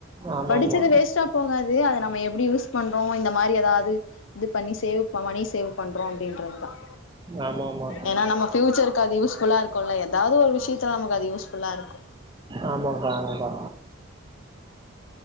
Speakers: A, on the right; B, on the left.
A: ஆமா
B: படிச்சது
A: ஆமா
B: வேஸ்ட்டா போகாது அதை நம்ம எப்படி யூஸ் பண்றோம் இந்த மாதிரி ஏதாவது இது பண்ணி சேவ் ப மணி சேவ் பண்ணுறோம் அப்படின்றது தான்
A: ஆமா ஆமா
B: ஏன்னா நம்ம ஃபயூச்சர்க்கு அது யூஸ் ஃபுல்லா இருக்குல்ல ஏதாவது ஒரு விஷயத்தல நமக்கு அது யூஸ்ஃபுல்லா இருக்கும்
A: ஆமாங்க்கா ஆமாங்க்கா